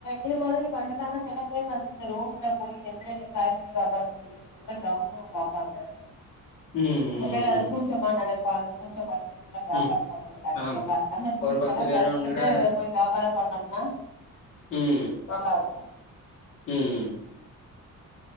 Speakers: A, on the left; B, on the left.
A: இது மாதிரி பண்றதால செல பேர் வந்து இந்த ரோட்ல போய் நின்னு காய்கறி வியாபாரோ பண்ணிர் இவுங்கூட கௌரவோ பாப்பாங்க
B: ம்
A: சில
B: ம்
A: பேர் அத
B: ம்
A: கூச்சமா நெனைப்பாங்க கூச்சபட் என்னென்னமோலா வியாபாரோ
B: ம்
A: பண்ண மாட்டாங்க
B: ஆமா
A: நம்ம அதெல்லா கூச்சத்தெல்லா
B: ஒரு பத்து பேரோன்னுடா
A: தவிர்த்துட்டு போய் வியாபாரோ பண்ணோம்னா
B: ம்
A: நல்லாருக்கு
B: ம்